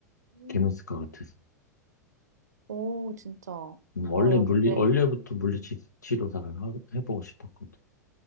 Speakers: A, on the right; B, on the left.
A: 음.
B: 재밌을 것 같아서.
A: 오, 진짜. 어,
B: 음, 원래
A: 야,
B: 물리
A: 근데
B: 원래부터 물리치료사가
A: 음.
B: 해보고 싶었거든.